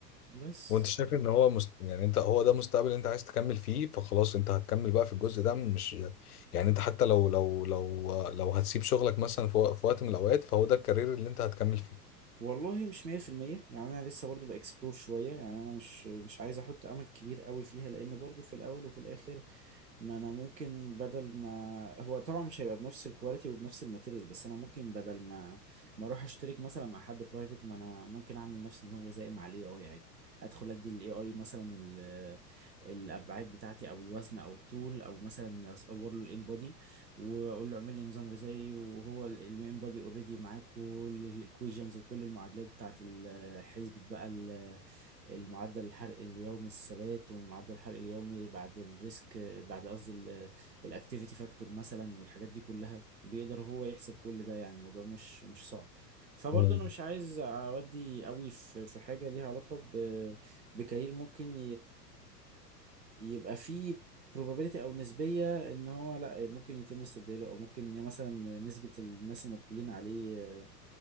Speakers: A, on the right; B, on the left.
A: بس
B: وانت شايف ان هو مست... يعني انت هو ده مستقبل انت عايز تكمل فيه فخلاص انت هتكمل بقى في الجزء ده مش يعني انت حتى لو لو لو لو هتسيب شغلك مثلا في وق- في وقت من الاوقات فهو ده الكارير اللي انت هتكمل فيه
A: والله مش 100% يعني انا لسه برضو باكسبلور شويه يعني انا مش مش عايز احط امل كبير قوي فيها لان برضو في الاول وفي الاخر ما انا ممكن بدل ما هو طبعا مش هيبقى بنفس الكواليتي وبنفس الماتيريال بس انا ممكن بدل ما ما اروح اشترك مثلا مع حد برايفت ما انا ممكن اعمل نفس نظام غذائي مع الاي اي عادي ادخل ادي للاي اي مثلا ال- الابعاد بتاعتي او الوزن او الطول او مثلا اصور له الان واقول له اعمل لي نظام غذائي وهو اللي انبادي اوريدي معاه كل الايكويشنز وكل المعادلات بتاعت ال- حسبة بقى ال- المعدل الحرق اليومي الثبات ومعدل الحرق اليومي بعد الريسك بعد قصدي الاكتيفيتي فاكتور مثلا والحاجات دي كلها بيقدر هو يحسب كل ده يعني الموضوع مش مش صعب فبرضه
B: مم.
A: انا مش عايز اودي قوي في في حاجه ليها علاقه ب- بكارير ممكن يبقى في probability او نسبيه ان هو لا ممكن يتم استبداله او ممكن يعني مثلا نسبه الناس المقبلين عليه آه،